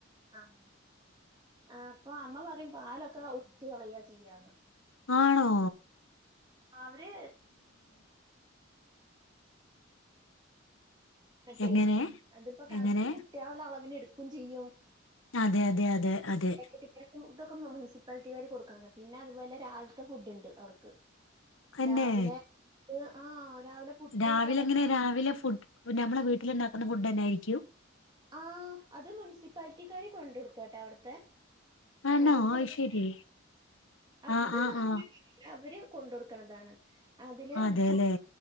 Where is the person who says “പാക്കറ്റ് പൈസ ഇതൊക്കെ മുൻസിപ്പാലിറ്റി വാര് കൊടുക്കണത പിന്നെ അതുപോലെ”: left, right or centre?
Right